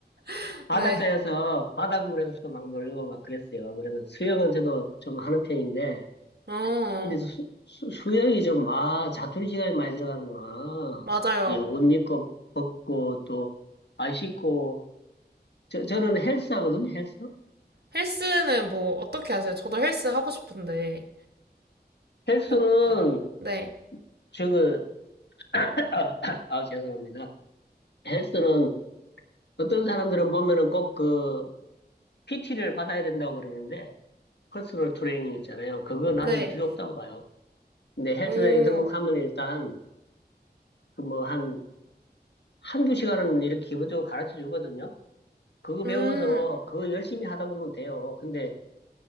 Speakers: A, on the right; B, on the left.
A: <laughs>
B: 바닷가에서,
A: 네.
B: 바닷물에서도 막 놀고 막 그랬어요. 그래서 수영은 저도 좀 하는 편인데,
A: 어,
B: 근데 수, 수, 수영이 좀, 아, 자투리 시간이 많이 들어가는구나.
A: 맞아요.
B: 이 옷 입고, 벗고, 또, 안 씻고. 저, 저는 헬스 하거든요, 헬스?
A: 헬스는 뭐 어떻게 하세요? 저도 헬스 하고 싶은데
B: 헬스는,
A: 약간 네.
B: 저거, 아, <coughs> <clears throat> 아, 죄송합니다. 헬스는 어떤 사람들은 보면은 꼭 그, PT를 받아야 된다고 그러는데, 퍼스널 트레이닝 있잖아요. 그거 나는
A: 네.
B: 필요 없다고 봐요. 근데 헬스장에
A: 오.
B: 등록하면 일단 그 뭐 한, 한두 시간은 이렇게 기본적으로 가르쳐 주거든요. 그거 배워서
A: 음.
B: 그거 열심히 하다 보면 돼요. 근데